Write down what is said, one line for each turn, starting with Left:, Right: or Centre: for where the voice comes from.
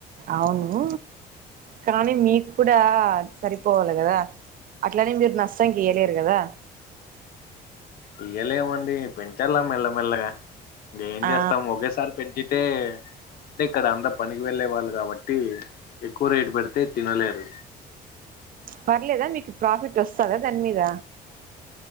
Right: అవును కానీ మీకు కూడా సరిపోవాలి కదా అట్లనే మీరు నష్టం చేయలేరు కదా
Left: ఇయ్యలేమండి పెంచలా మెల్లమెల్లగా ఇం ఏం
Right: ఆ
Left: చేస్తాం ఒకేసారి పెంచితే అంటే ఇక్కడ అంత పనికి వెళ్ళే వాళ్ళు కాబట్టి ఎక్కువ రేటు పెడితే తినలేరు
Right: పర్లేద మీకు ప్రాఫిట్ వస్తద దాని మీద